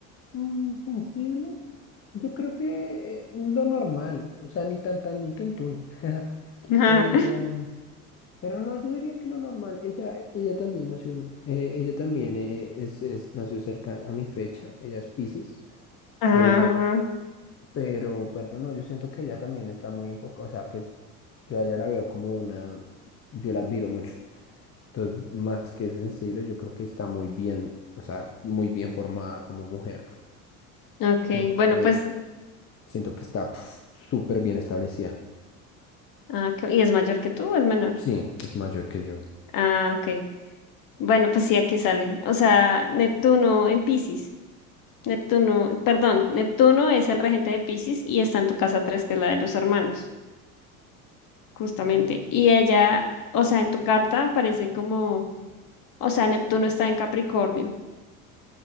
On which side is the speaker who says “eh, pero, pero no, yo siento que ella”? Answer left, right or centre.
Left